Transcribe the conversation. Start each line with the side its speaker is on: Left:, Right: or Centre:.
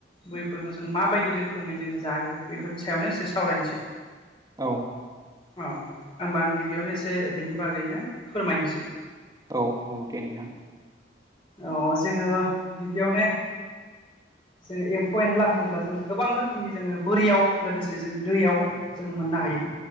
Left: बैफोरखो जों माबायदि रोखोमै जोङो जायो बेफोरनि सायावनो एसे सावरायनोसै।
Right: औ
Left: औ ओमबा आं गिबियावनो एसे बिनि बागैनो फोरमायनोसै।
Right: औ औ दे नोंथां।
Left: औ जोङो गिबियावनो जोङो एम्फौ एनला होनोब्ला जों गोबां रोखोमनि जोङो बोरियाव लोगोसे जों दैयाव जोङो मोननो हायो